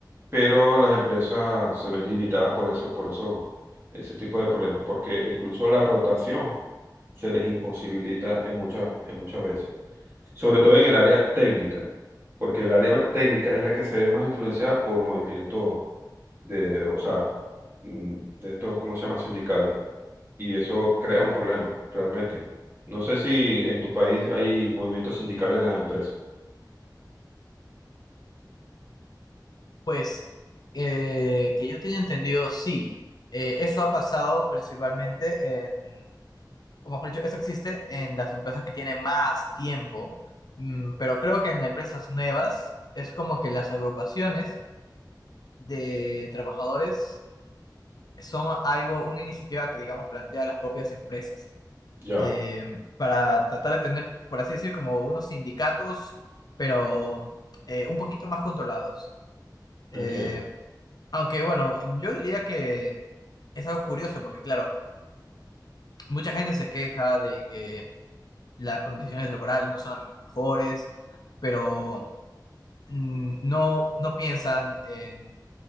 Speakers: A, on the right (about 30°); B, on the left (about 60°).
A: pero las empresas se ven limitadas por eso, por eso, ese tipo de problemas, porque incluso la rotación se les imposibilita en muchas, en muchas veces, sobre todo en el área técnica, porque el área técnica es la que se ve más influenciada por movimientos de, o sea, mm, de estos, ¿cómo se llama? Sindicales, y eso crea un problema, realmente. No sé si en tu país hay movimientos sindicales en las empresas.
B: Pues, eh, que yo tenía entendido, sí, eh, eso ha pasado principalmente en, o mejor dicho, eso existe en las empresas que tienen más tiempo, mm, pero creo que en empresas nuevas es como que las agrupaciones de trabajadores son algo, una iniciativa que, digamos, plantea las propias empresas
A: Ya,
B: eh, para tratar de tener, por así decir, como unos sindicatos, pero eh, un poquito más controlados. Eh,
A: entiendo.
B: aunque, bueno, yo diría que es algo curioso porque, claro, mucha gente se queja de que las condiciones laborales no son las mejores, pero mm, no, no piensan en